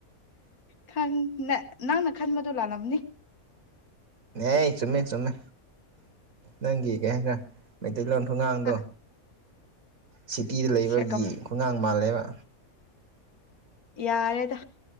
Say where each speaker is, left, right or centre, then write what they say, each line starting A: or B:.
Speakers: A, on the left; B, on the right.
A: ꯈ ꯅ ꯅꯪꯅ ꯈꯟꯕꯗꯨꯣ ꯂꯥꯜꯂꯝꯂꯝꯅꯤ
B: ꯑꯦ ꯆꯨꯝꯃꯦ ꯆꯨꯝꯃꯦ ꯅꯪꯒꯤ ꯀꯩ ꯍꯥꯏ ꯈꯔꯥꯩ ꯇꯩꯂꯪ ꯊꯣꯡꯉꯥꯡꯗꯣ
A: ꯍꯥ
B: ꯁꯤꯇꯤꯗ ꯂꯩꯕꯒꯤ
A: ꯁꯦꯀꯝ
B: ꯈꯣꯡꯒꯥꯡ ꯃꯥꯜꯂꯦꯕ
A: ꯌꯥꯔꯦꯗ